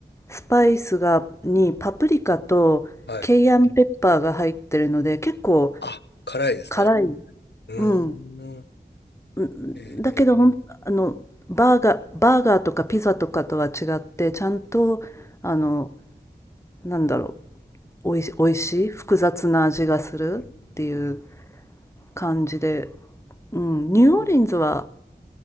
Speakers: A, on the left; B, on the left.
A: スパイスがにパプリカとケイアンペッパーが入ってるので結構
B: はい。あ、辛いですね。
A: 辛い、
B: うーん。
A: うん、うんだけどほんあのバーガー、
B: えー、
A: バーガーとかピザとかとは違ってちゃんとあのなんだろうおいし、おいしい複雑な味がするっていう。
B: う
A: 感じで、うん、ニューオーリンズは、
B: ーん